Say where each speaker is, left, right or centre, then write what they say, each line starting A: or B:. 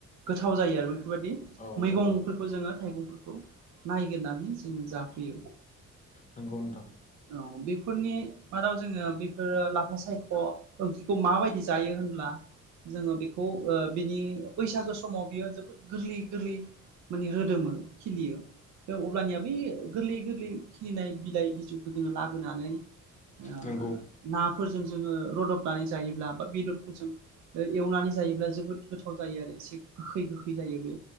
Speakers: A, on the right (about 70°); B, on the left (about 25°).
A: गोथाव जायो आरो बेफोरबायदि,
B: औ
A: मैगंफोरखौ
B: औ
A: जोङो थाइगं नायगिरनानै जोङो जाफैयो।
B: नंगौ नोंथां
A: औ बेफोरनि माराव जोङो बेफोरो लाफा सायख' ओंख्रिखौ माबायदि जायो होनब्ला? जोङो बेखौ बिनि बैसागो समाव बियो जोबोद गोरलै गोरलै माने रोदोमोन खिलियो। अब्लानिया बे गोरलै गोरलै खिलिनाय बिलाइ बिजौ जोङो लाबोनानै ओ
B: नंगौ
A: नाफोरजों जोङो रदबनानै जायोब्ला बा बेदर फोरजों एवनानै जायोब्ला जोबोद गोथाव जायो आरो, एसे गोखै गोखै जायो बे